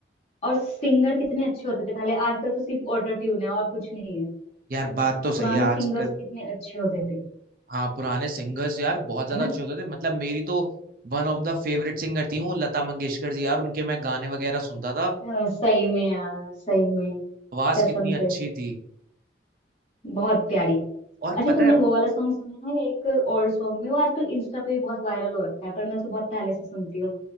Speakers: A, on the left; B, on the right.
A: और सिंगर कितने अच्छे होते थे पहले आजकल तो सिर्फ ऑटो ट्यून है और कुछ नहीं है
B: यार बात तो
A: पुराने
B: सही है आजकल
A: सिंगर्स कितने अच्छे होते थे
B: हाँ पुराने सिंगर्स यार बहुत ज्यादा
A: है ना
B: अच्छे होते थे मतलब मेरी तो one of the favourite singer थी वो लता मंगेशकर जी यार उनके मैं गाने वगैरह सुनता था
A: अ, सही में यार सही में
B: आवाज
A: कसम
B: कितनी अच्छी
A: से
B: थी
A: बहुत प्यारी
B: और
A: अच्छा
B: पता
A: तुमने
B: है
A: वो वाला सॉन्ग सुना है एक ओल्ड सॉन्ग में वो आजकल इंस्टा पे भी बहुत वायरल हो रखा है पर मैं उसे बहुत पहले से सुनती हूँ